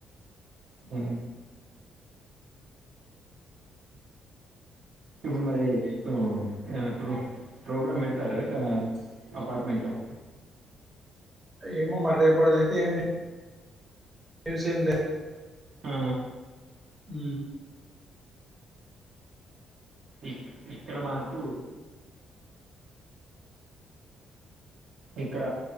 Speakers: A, on the right (about 65°); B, on the right (about 20°).
A: అ ఇప్పుడు మరి ఇ ఎ ఎప్పుడు ప్రోగ్రామ్ పెడతార అపార్ట్మెంట్లో
B: ఏమో మర్దేపడద అయితే ఏమి మ్యూజిమ్ లే
A: ఆ
B: అ
A: ఇక్క ఇక్కడ మాకు ఇక్కడ